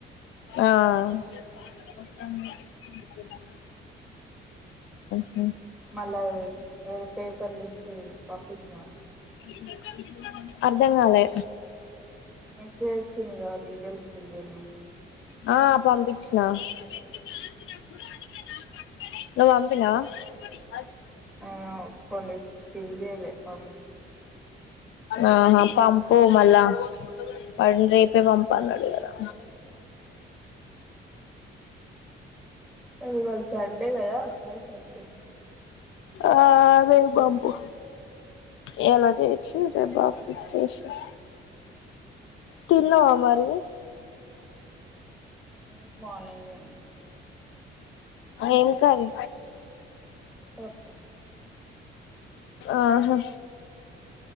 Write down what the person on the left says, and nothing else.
ఆ వస్తాంది <unintelligible> <unintelligible> హమ్
<unintelligible> అర్ధంగాలే
ఆ పంపించిన, నేను పెట్టి గాంచినపుడు అది కూడా న పక్కనే నన్ను అనుకుని నువ్వు పంపినావా.
ఆహా పంపు మళ్ళా, వాటిని రేపే పంపు అన్నాడు కదా
ఆ రేపు పంపు ఇయాల చేసి రేపు పపిన్చేసేయి. తిన్నావా మరి,
ఏం కర్రీ
ఆహా